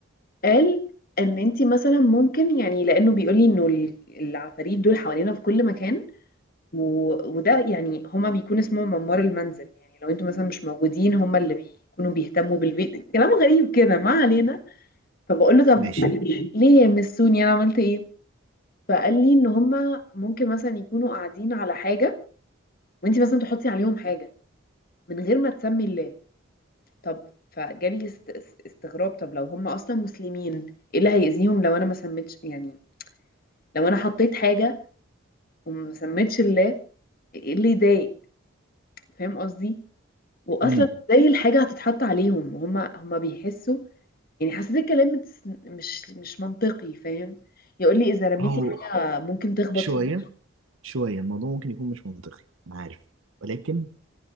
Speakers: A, on the left; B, on the right.
A: قال ان انتي مثلا ممكن يعني لانه بيقول لي انه ال- العفاريت دول حوالينا في كل مكان و... وده يعني هما بيكون اسمهم عمار المنزل يعني لو انتوا مثلا مش موجودين هما اللي بيكونوا بيهتموا بالبيت كلام غريب كده ما علينا فبقول له طب
B: ماشي
A: <coughs> ليه يمسوني انا عملت ايه فقال لي ان هما ممكن مثلا يكونوا قاعدين على حاجه وانت مثلا تحطي عليهم حاجه من غير ما تسمي الله طب فجالي است- است- استغراب طب لو هما اصلا مسلمين ايه اللي هيأذيهم لو انا ما سميتش يعني لو انا حطيت حاجه وما سميتش الله ايه اللي يضايق فاهم قصدي واصلا
B: امم
A: ازاي الحاجه هتتحط عليهم وهما هما بيحسوا يعني حسيت الكلام مش مش مش منطقي فاهم يقول لي اذا رميتي
B: هو
A: حاجه ممكن تخبط
B: شوية
A: فيه
B: شوية الموضوع ممكن يكون مش منطقي انا عارف ولكن